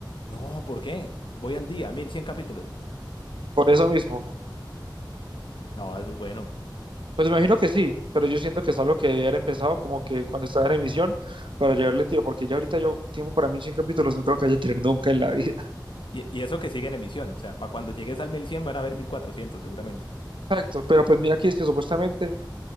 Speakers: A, on the left; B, on the right.
A: No, ¿por qué? Voy al día, 1100 capítulos.
B: Por eso mismo.
A: No, es muy bueno.
B: Pues imagino que sí, pero yo siento que es algo que debía haber empezado como que cuando estaba en emisión para llevarle tiro, porque ya ahorita yo tiempo para 1100 capítulos no creo que haya tenido nunca en la vida. <laughs>
A: Y, y eso que sigue en emisión, o sea, para cuando llegues al 1100 van a haber 1400, seguramente.
B: Exacto, pero pues mira aquí es que supuestamente